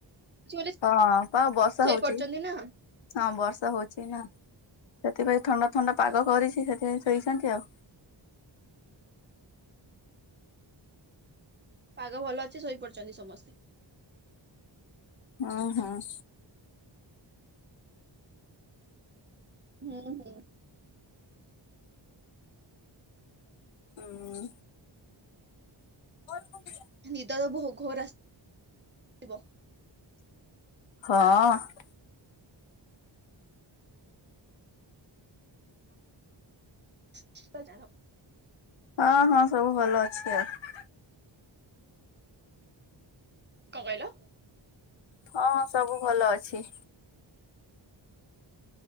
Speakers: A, on the right; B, on the left.
A: ବୋଲି
B: ହଁ ପା ବର୍ଷା
A: ଶୋଇପଡିଛନ୍ତି
B: ହଉଚି।
A: ନା
B: ହଁ ବର୍ଷା ହଉଛି ନା ସେଥିପାଇଁ ଥଣ୍ଡା ଥଣ୍ଡା ପାଗ କରିଛି ସେଥିପାଇଁ ଶୋଇଛନ୍ତି ଆଉ
A: ପାଗ ଭଲ ଅଛି ଶୋଇ ପଡିଛନ୍ତି ସମସ୍ତେ।
B: ହଁ ହଁ।
A: ହୁଁ ହୁଁ।
B: ଉଁ <inaudible>
A: ନିଦ ତ ବୋହ୍ ଘୋର୍ ଆସିଥିବ।
B: ହଁ।
A: ଯିବା ଯାହା ହଉ
B: ହଁ ହଁ ସବୁ ଭଲ ଅଛି ଆଉ
A: କଣ କହିଲ?
B: ହଁ ସବୁ ଭଲ ଅଛି।